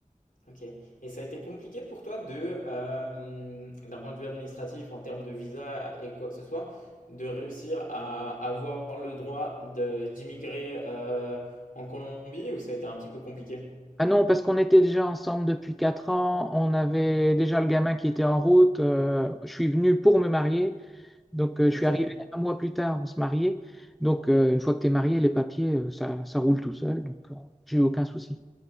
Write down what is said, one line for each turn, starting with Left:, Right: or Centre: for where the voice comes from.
Left: ok. Et ça a été compliqué pour toi de, euh, d'un point de vue administratif, en termes de visa et quoi que ce soit, de réussir à avoir le droit de, d'immigrer euh, en Colombie ou ça a été un petit peu compliqué?
Centre: Ah non, parce qu'on était déjà ensemble depuis 4 ans, on avait déjà le gamin qui était en route, euh, je suis venu pour me marier Donc, euh, je
Left: Ok.
Centre: suis arrivé un mois plus tard, on se mariait. Donc, euh, une fois que tu es marié, les papiers, euh, ça, ça roule tout seul. Donc, euh, j'ai eu aucun souci.